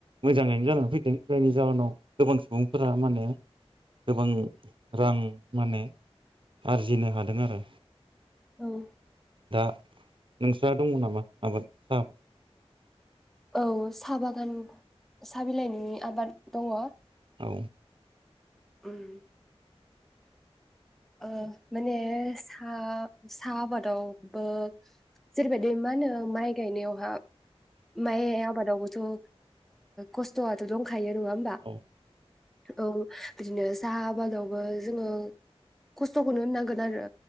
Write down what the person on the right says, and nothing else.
मोजांङैनो जानानै फैदों जायनि जाहोनाव गोबां सुबुंफोरा माने गोबां रां माने आरजिनो हादों आरो
दा नोंस्रा दंङ नामा आबाद साहाबाद
औ
औ